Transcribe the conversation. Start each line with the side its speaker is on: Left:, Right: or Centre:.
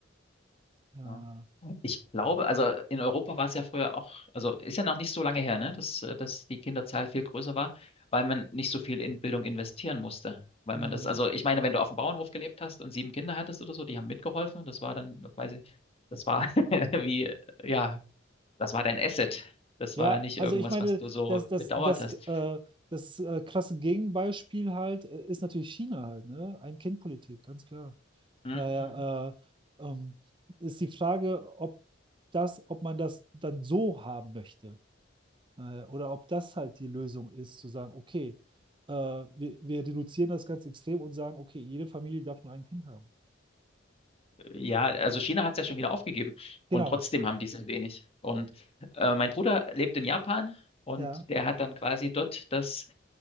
Right: ja
Left: Ja. Ich glaube, also in Europa war es ja früher auch, also ist ja noch nicht so lange her, ne, dass, äh, dass die Kinderzahl viel größer war, weil man nicht so viel in Bildung investieren musste. Weil
Right: mm.
Left: man das, also ich meine, wenn du auf dem Bauernhof gelebt hast und sieben Kinder hattest oder so, die haben mitgeholfen, das war dann quasi, das war <laughs> wie, ja, das war dein Asset. Das
Right: ja,
Left: war nicht
Right: also
Left: irgendwas,
Right: ich meine,
Left: was du so
Right: das, das,
Left: bedauert
Right: das,
Left: hast.
Right: äh, das äh, krasse Gegenbeispiel halt äh, ist natürlich China halt, ne? Ein-Kind-Politik, ganz klar.
Left: Mhm.
Right: Daher äh, ähm, ist die Frage, ob das, ob man das dann so haben möchte. Äh, Oder ob das halt die Lösung ist, zu sagen, okay, äh, wir, wir reduzieren das ganz extrem und sagen, okay, jede Familie darf nur ein Kind haben.
Left: ja, also China hat es ja schon wieder aufgegeben und
Right: Genau,
Left: trotzdem haben die sehr wenig. Und äh, mein Bruder lebt in Japan und
Right: ja.
Left: der hat dann quasi dort das,